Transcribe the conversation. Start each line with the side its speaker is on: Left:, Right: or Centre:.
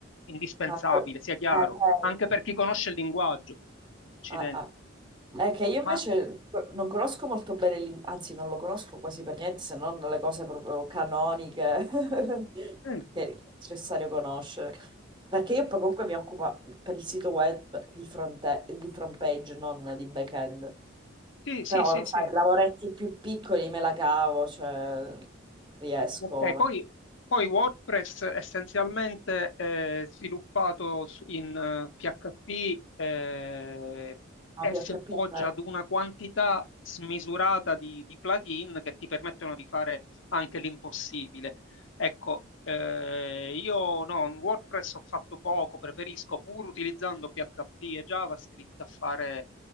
Left: indispensabile,
Right: Ma... co-
Left: sia chiaro,
Right: Eh, vedi.
Left: anche per chi conosce il linguaggio. Accidenti.
Right: Ah, ah. È che io invece
Left: Ma
Right: non conosco molto bene l'in- anzi non lo conosco quasi per niente, se non le cose proprio canoniche <laughs>
Left: mm,
Right: che è necessario conoscere. Perché io poi comunque mi occupo per il sito web di fronte- di front page, non di back-end.
Left: sì, sì,
Right: Però,
Left: sì, sì.
Right: sai, lavoretti più piccoli me la cavo, cioè riesco.
Left: Ok, poi,
Right: Ma
Left: poi WordPress essenzialmente è sviluppato su- in eh, PHP eh, e
Right: PHP
Left: si appoggia
Right: zero.
Left: ad una quantità smisurata di, di plugin che ti permettono di fare anche l'impossibile. Ecco, eh, io no, in WordPress ho fatto poco, preferisco pur utilizzando PHP e JavaScript a fare...